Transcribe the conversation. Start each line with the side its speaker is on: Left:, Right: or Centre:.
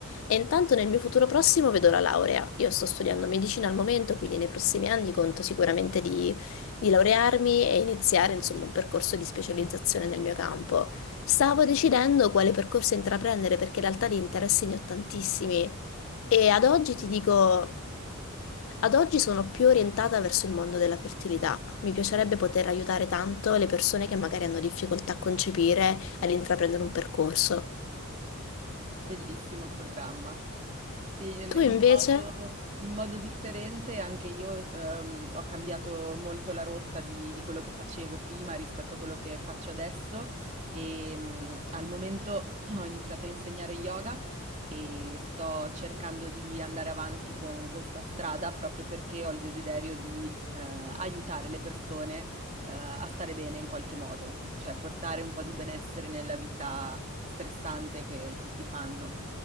Left: E intanto nel mio futuro prossimo vedo la laurea. Io sto studiando medicina al momento, quindi nei prossimi anni conto sicuramente di, di laurearmi e iniziare, insomma, un percorso di specializzazione nel mio campo. Stavo decidendo quale percorso intraprendere perché in realtà di interessi ne ho tantissimi. E ad oggi ti dico. Ad oggi sono più orientata verso il mondo della fertilità. Mi piacerebbe poter aiutare tanto le persone che magari hanno difficoltà a concepire, ad intraprendere un percorso.
Right: Bellissimo programma. Sì, in,
Left: Tu
Right: in
Left: invece?
Right: modo, in modo differente anche io ehm, ho cambiato molto la rotta di, di quello che facevo prima rispetto a quello che faccio adesso e mm, al momento <clears throat> ho iniziato a insegnare yoga e sto cercando di andare avanti con questa strada proprio perché ho il desiderio di eh, aiutare le persone eh, a stare bene in qualche modo, cioè portare un po' di benessere nella vita stressante che tutti fanno.